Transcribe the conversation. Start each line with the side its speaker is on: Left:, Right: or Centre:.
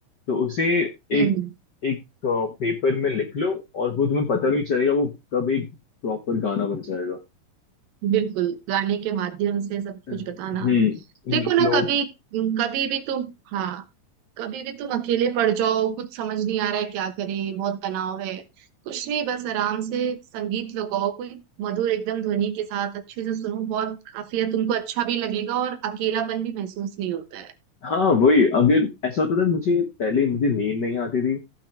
Left: तो उसे
Right: हम्म
Left: एक एक पेपर में लिख लो और वो तुम्हें पता भी नहीं चलेगा वो कब एक प्रॉपर गाना बन जाएगा
Right: बिल्कुल गाने के माध्यम से सब
Left: हम्म
Right: कुछ बताना देखो ना
Left: लोग
Right: कभी कभी भी तुम हाँ कभी भी तुम अकेले पड़ जाओ कुछ समझ नहीं आ रहा है क्या करें बहुत तनाव है कुछ नहीं बस आराम से संगीत लगाओ कोई मधुर एकदम ध्वनि के साथ अच्छे से सुनो बहुत काफी है तुमको अच्छा भी लगेगा और अकेलापन भी महसूस नहीं होता है
Left: हाँ वही अगर ऐसा होता था मुझे पहले मुझे नींद नहीं आती थी